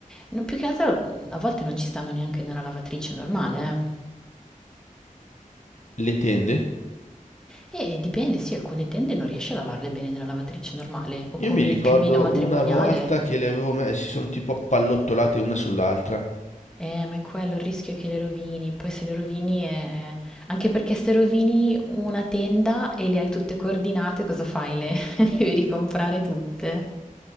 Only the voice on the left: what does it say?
Le tende?
Io
mi ricordo
una volta che le avevo messe, si sono tipo appallottolate una sull'altra.